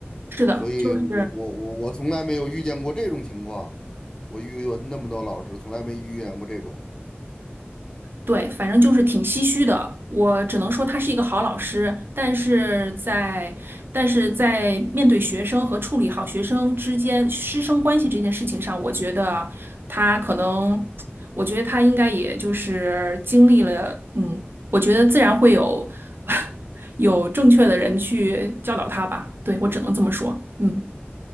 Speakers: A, on the right (about 60°); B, on the left (about 20°).
A: 是的，
B: 所以我我我我从来没有遇见过这种情况，
A: 就是
B: 我遇过那么多老师，从来没遇见过这种。
A: 对，反正就是挺唏嘘的。我只能说他是一个好老师，但是在但是在面对学生和处理好学生之间师生关系这件事情上，我觉得他可能，我觉得他应该也就是经历了，嗯，我觉得自然会有 <laughs> 有正确的人去教导他吧。对，我只能这么说。嗯